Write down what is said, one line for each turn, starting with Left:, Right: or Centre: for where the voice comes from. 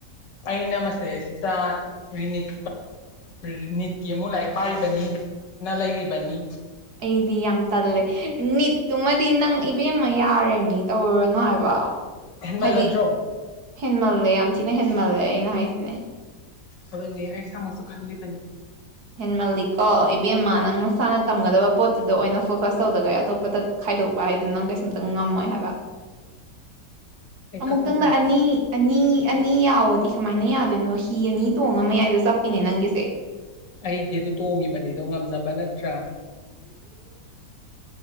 Left: ꯑꯩꯅꯃꯁꯦ ꯏꯁꯗ ꯔꯤꯅꯤꯠ ꯔꯤꯅꯤꯠꯀꯤ ꯑꯃꯨꯛ ꯂꯥꯏꯔꯤꯛ ꯄꯥꯔꯤꯕꯅꯤꯅ ꯂꯩꯔꯤꯕꯅꯤ꯫
Right: ꯑꯩꯗꯤ ꯌꯥꯝ ꯇꯜꯂꯦ ꯅꯤꯠꯇꯨꯃꯗꯤ ꯅꯪ ꯏꯕꯦꯝꯃ ꯌꯥꯔꯦ ꯃꯤ ꯇꯧꯔꯨꯔꯅꯨ ꯍꯥꯏꯕ
Left: ꯍꯦꯟꯃꯜꯂꯗ꯭ꯔꯣ
Right: ꯍꯥꯏꯗꯤ ꯍꯦꯟꯃꯜꯂꯦ ꯌꯥꯝ ꯊꯤꯅ ꯍꯦꯟꯃꯜꯂꯦ ꯑꯩꯅ ꯍꯥꯏꯁꯤꯅꯦ꯫
Left: ꯑꯗꯨꯅꯦ ꯑꯩ ꯏꯁꯥꯃꯛꯁꯨ ꯈꯜꯂꯤꯕꯅꯤ꯫
Right: ꯍꯦꯟꯃꯜꯂꯤꯀꯣ ꯏꯕꯦꯝꯃ ꯅꯪ ꯅꯁꯥꯅ ꯇꯝꯒꯗꯕ ꯄꯣꯠꯇꯨꯗ ꯑꯣꯏꯅ ꯐꯣꯀꯁ ꯇꯧꯗꯒꯦ ꯑꯇꯣꯞꯄꯗ ꯈꯥꯏꯗꯣꯛꯄ ꯍꯥꯏꯗꯅ ꯅꯪ ꯀꯩꯁꯨꯝꯇ ꯉꯝꯃꯣꯏ ꯍꯥꯏꯕ
Left: <inaudible>
Right: ꯑꯃꯨꯛꯇꯪꯗ
Left: ꯀꯞꯄꯤꯕꯅꯤ
Right: ꯑꯅꯤ꯫ ꯑꯅꯤ ꯑꯅꯤ ꯌꯥꯎꯑꯣꯗꯤ ꯀꯃꯥꯏꯅ ꯌꯥꯗꯣꯏꯅꯣ ꯍꯤ ꯑꯅꯤ ꯇꯣꯡꯉ ꯃꯌꯥꯏꯗ ꯆꯞꯄꯤꯅꯦ ꯅꯪꯒꯤꯁꯦ꯫
Left: ꯑꯩꯗꯤ ꯑꯗꯨ ꯇꯣꯡꯉꯤꯕꯅꯤꯗꯣ ꯉꯝꯅꯕ ꯅꯠꯇ꯭ꯔꯥ